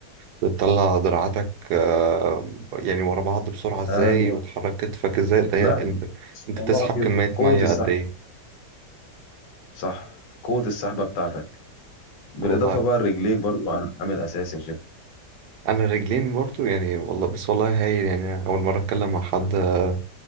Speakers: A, on the right; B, on the left.
A: بتطلع دراعاتك آه، يعني ورا بعض بسرعة إزاي
B: أيوه
A: وتحرك كتفك إزاي اللي
B: لا
A: هي أنت
B: مش
A: أنت
B: موضوع
A: بتسحب
B: كده
A: كمية
B: قوة
A: مية
B: السحب
A: قد إيه
B: صح قوة السحبة بتاعتك بالاضافه
A: والله
B: بقى لرجليك برضو عامل اساسي وكده
A: أنا رجلين برضو يعني والله بس والله هايل يعني أول مرة أتكلم مع حد آه،